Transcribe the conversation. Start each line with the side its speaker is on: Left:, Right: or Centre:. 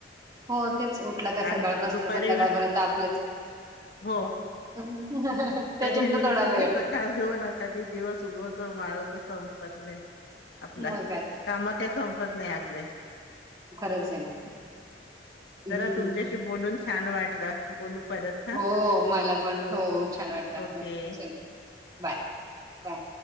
Right: हो तेच उठलं का
Left: आणि
Right: सकाळपासून
Left: दुपारी
Right: संध्याकाळपर्यंत आपलंच
Left: हो
Right: त्याच्यातन
Left: कधी मी
Right: थोडा
Left: तधी
Right: वेळ
Left: सकाळ घेऊन कधी दिवस उगवत माळवत संपत नाही आपला
Right: मग काय
Left: का का संपत नाही आपले
Right: खरंच आहे ना हम्म
Left: तररा तुमच्याशी बोलून छान वाटलं बोलू परत हा
Right: हो मला पण हो
Left: ओ-
Right: छान वाटतं
Left: ओके
Right: चल बाय बाय